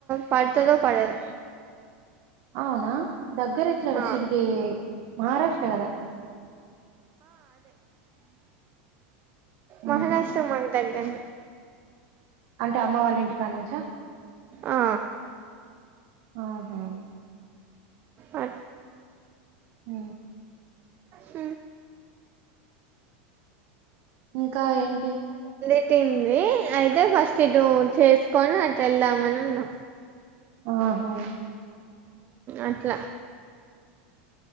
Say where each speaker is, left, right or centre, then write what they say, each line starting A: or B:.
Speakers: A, on the right; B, on the right.
A: పడుతుందో పడదు
B: అవునా దగ్గర ఎట్లార
A: ఆ
B: శిర్డి మహారాష్ట్ర కదా హ్మ్.
A: మహారాష్ట్రం మాగతాంటను
B: అంటే అమ్మ వాళ్ళ ఇంటికి దుకానుంచ
A: ఆ
B: ఆహా
A: అ
B: ఆ
A: హ
B: ఇంకా ఏంటి
A: పట్టింది అయితే ఫస్ట్ ఇటు చేసుకొని అటు వెళ్దామని ఉన్నా
B: ఆహా
A: అట్లా